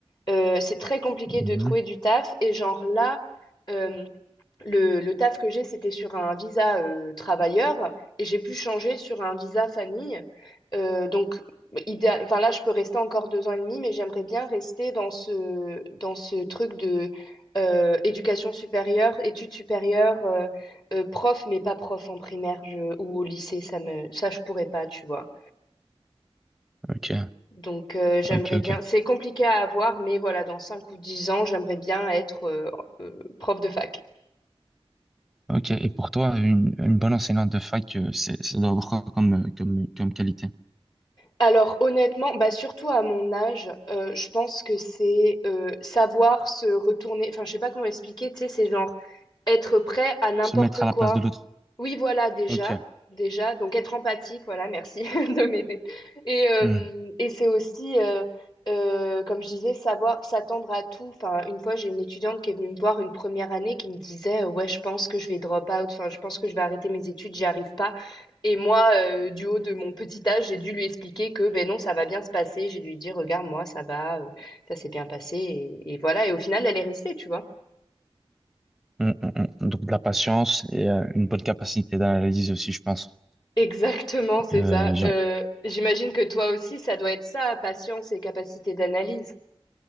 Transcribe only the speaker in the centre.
Mhm.
Ok,
ok, ok.
Ok. Et pour toi, une, une bonne enseignante de fac, euh, c'est, ça doit avoir quoi comme, euh, comme, comme qualité?
Se mettre à
la place de l'autre.
Ok.
Mhm.
Mhm, mhm, mhm. Donc, de la patience et euh, une bonne capacité d'analyse aussi, je pense.
Euh,